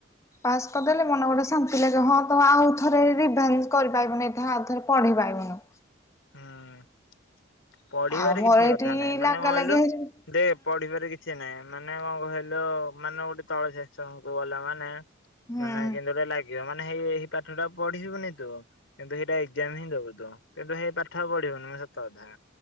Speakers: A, on the left; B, on the left.
A: ପାସ୍ କରିଦେଲେ ମନ ଗୋଟେ ଶାନ୍ତି ଲାଗିବ ହଁ ତ ଆଉ ଥରେ ରିଭାଇଜ କରିପାରିବୁନି ଏତେ ଆଉ ଥରେ ପଢିପାରିବୁନୁ।
B: ହୁଁ ପଢିବାରେ
A: ଆଉ ମୋର
B: କିଛି
A: ଏଠି
B: କଥା ନାହିଁ ମାନେ
A: ଲାଗ
B: କଣକହିଲୁ
A: ଲାଗି ହେଇ ହୁଁ
B: ଦେ ପଢିବାରେ କିଛି କିଛି ନାଇଁ ମାନେ କଣ କହିଲ ମାନେ ଗୋଟେ ତଳ ଶେକ୍ସନଙ୍କୁ ଗଲା ମାନେ
A: ହୁଁ।
B: ମାନେ କେନ୍ତି ଗୋଟେ ଲାଗିବ ମାନେ ହେଇ ପାଠଟା ପଢିଯିବୁନି ତୁ କିନ୍ତୁ ହେଇଟା ଏକ୍ଜାମ ହିଁ ଦବୁ ତୁ କିନ୍ତୁ ହେ ପାଠ ପଢିବୁନି ସତ କଥା।